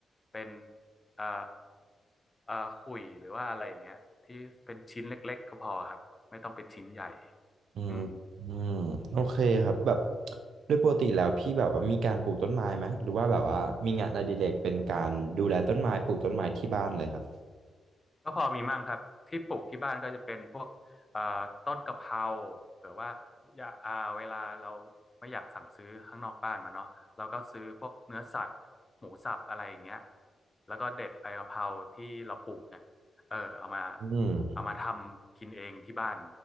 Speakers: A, on the left; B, on the right.
A: เป็นเอ่อเอ่อขลุ่ยหรือว่าอะไรอย่างเงี้ยที่เป็นชิ้นเล็กๆก็พอครับไม่ต้องเป็นชิ้นใหญ่
B: อืมอืมโอเคครับแบบ
A: อืม
B: โดยปกติแล้วพี่แบบว่ามีการปลูกต้นไม้ไหมหรือว่าแบบว่ามีงานอดิเรกเป็นการดูแลต้นไม้ปลูกต้นไม้ที่บ้านเลยครับ
A: ก็พอมีมั่งครับที่ปลูกที่บ้านก็จะเป็นพวกเอ่อต้นกะเพราเผื่อว่าอย่าอ่าเวลาเราไม่อยากสั่งซื้อข้างนอกบ้านมาเนาะเราก็ซื้อพวกเนื้อสัตว์หมูสับอะไรอย่างเงี้ยแล้วก็เด็ดใบกะเพราที่เราปลูกเนี่ยเออเอามา
B: อืม
A: เอามาทำกินเองที่บ้าน